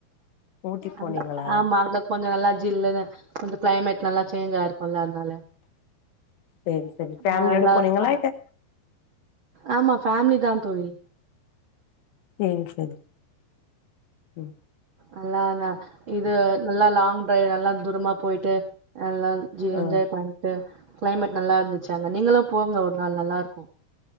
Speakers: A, on the left (about 75°); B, on the right (about 80°).
A: ஊட்டி போனீங்களா
B: அந்த ஆமா அங்க கொஞ்சோ நல்லா ஜில்லுன்னு கொஞ்சோ கிளைமேட் நல்லா சேஞ்ச் ஆயிருக்குல்ல அதனால
A: சேரி சரி ஃபேமிலியோட
B: ஆ நல்லா
A: போனீங்களா
B: ஃபே
A: இல்ல
B: ஆமா ஃபேமிலி தா தோழி
A: சேர் சரி உம்
B: நல்லா இது நல்லா லாங் ட்ரைவ் நல்லா தூரமா போயிட்டு நல்லா ஜி
A: ஆ
B: என்ஜாய் பண்ட்டு க்ளைமேட் நல்லா இருந்துச்சு அங்க நீங்களும் போங்க ஒரு நாள் நல்லா இருக்கு